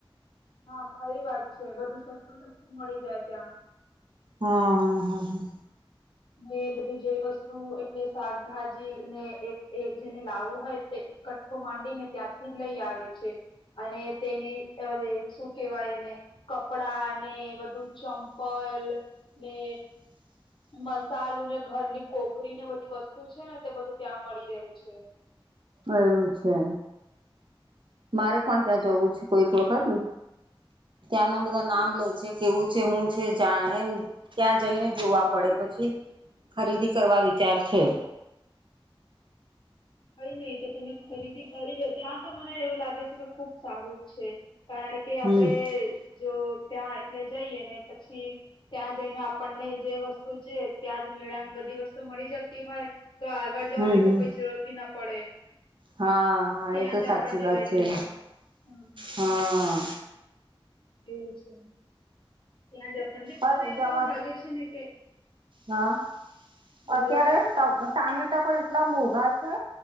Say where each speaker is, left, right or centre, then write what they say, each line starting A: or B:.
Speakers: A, on the left (about 60°); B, on the right (about 60°).
A: હા ખારી વાત છે, બધું સસ્તું સસ્તું મળી જાય ત્યાં.
B: હા, હા, હા, હા.
A: એ બધી જે વસ્તુ એટલે શાકભાજી ને એક જેને લાવવું હોયતે, કટકો માંડીને ત્યાંથી જ લઈ આવે છે. અને તેની અરે શું કેહેવાય એને? કપડા ને બધું ચંપલ ને મસાલું ને ઘરની કોકરી ને બધી વસ્તુ છે ને તે બધું ત્યાં મળી રહે છે
B: એવું છે. મારે પણ ત્યાં જવું છે કોઈક વખત. ત્યાંના બધા નામ લેય છે કેવું છે હું છે જા એમ ત્યાં જઈને જોવા પડે પછી ખરીદી કરવા વિચાર છે.
A: કઈ નહી તો તમે ખરીદી કરી લો ત્યાં તો મને એવું લાગે છે કે ખુબ સારું જ છે કારણ
B: હમ
A: કે આપડે જો ત્યાં એટલે જઈએ ને પછી ત્યાં જઈને આપણને જે વસ્તુ છે ત્યાં જ મેળાની બધી વસ્તુ મળી જતી હોય. તો આગળ જવાની
B: હમ
A: તો
B: હમ
A: કોઈ જરૂરત બી ના પડે
B: હા હા
A: ત્યાં
B: એ તો
A: જ
B: સાચી
A: આપણને
B: વાત
A: લઈ
B: છે.
A: લેવાનું હમ
B: હા.
A: એવું છે ત્યાં જ આપણને
B: અરે
A: મને
B: જવા
A: એવું લાગે છે ને કે
B: હા
A: બોલો
B: અત્યારે
A: ને
B: <inaudible> ટામેટા પણ એટલા મોઘા છે